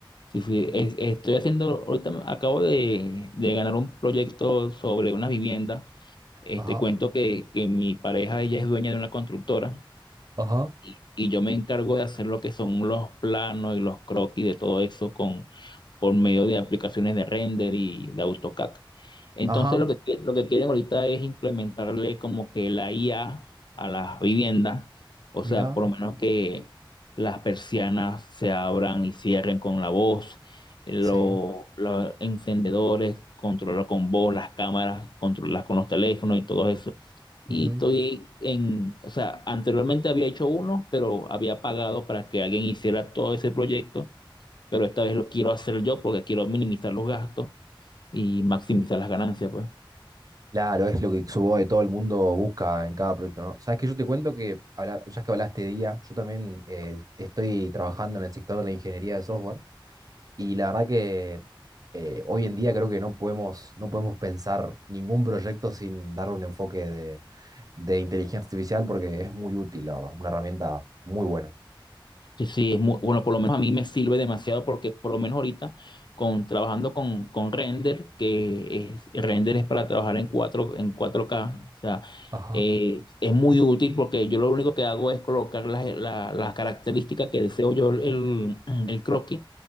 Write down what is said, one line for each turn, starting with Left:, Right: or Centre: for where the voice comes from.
Left: Sí, sí, es- estoy haciendo, ahorita acabo de, de ganar un proyecto sobre una vivienda. Este
Right: Ajá,
Left: cuento que, que mi pareja, ella es dueña de una constructora
Right: ajá,
Left: y y yo me encargo de hacer lo que son los planos y los croquis de todo eso con, por medio de aplicaciones de render y de AutoCAD. Entonces
Right: ajá,
Left: lo que, qui- lo que quieren ahorita es implementarle como que la IA a a las viviendas, o sea,
Right: mira,
Left: por lo menos que las persianas se abran y cierren con la voz, lo-
Right: sí.
Left: los encendedores, controlar con voz, las cámaras, controlar con los teléfonos y todo eso. Y
Right: ujú.
Left: estoy en, o sea, anteriormente había hecho uno, pero había pagado para que alguien hiciera todo ese proyecto, pero esta vez lo quiero hacer yo porque quiero minimizar los gastos y maximizar las ganancias, pues.
Right: Claro, es lo que supongo que todo el mundo busca en cada proyecto, ¿no? Sabes que yo te cuento que, habla- ya que hablaste de IA, yo también eh, estoy trabajando en el sector de la ingeniería de software y la verdad que eh, hoy en día creo que no podemos, no podemos pensar ningún proyecto sin darle un enfoque de inteligencia artificial porque es muy útil, la verdad. Una herramienta muy buena.
Left: Sí, sí, es muy, bueno, por lo menos a mí me sirve demasiado porque por lo menos ahorita con trabajando con, con render, que es, render es para trabajar en cuatro en cuatro k o sea,
Right: Ajá.
Left: eh, es muy útil porque yo lo único que hago es colocar las la- las características que deseo yo el, el croquis